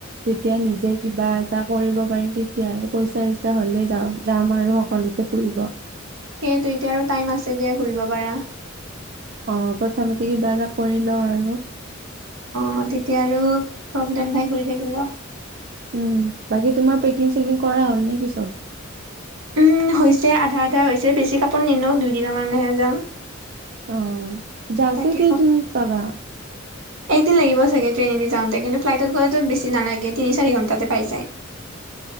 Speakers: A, on the right; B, on the right.
A: যেতিয়া নিজে কিবা এটা কৰিব পাৰিম তেতিয়া পইচা ইচ্ছা হ'লে যাওঁ যাম আৰু সকলো তে ফুৰিব।
B: সেইটো এতিয়া আৰু টাইম আছে দিয়া ঘূৰিব পাৰা।
A: অ প্ৰথমতে কিবা এটা কৰিল আৰু।
B: অ তেতিয়া আৰু প্ৰব্লেম নাই ঘূৰি থাকিলেও।
A: উম বাকী তোমাৰ পেকিং-চেকিং কৰা হ'ল নে কি চব?
B: উম হৈছে। আধা আধা হৈছে বেছি কাপোৰ নিনো দুইদিনৰ কাৰণেহে যাম।
A: অ যাওঁতে
B: তাকে
A: কেইদিনত পাবা?
B: একদিন লাগিব চাগে ট্ৰেইনেদি যাওঁতে, কিন্তু ফ্লাইটত গ'লেটো বেছি নালাগে তিনি-চাৰি ঘণ্টাতে পাই যায়।
A: <inaudible>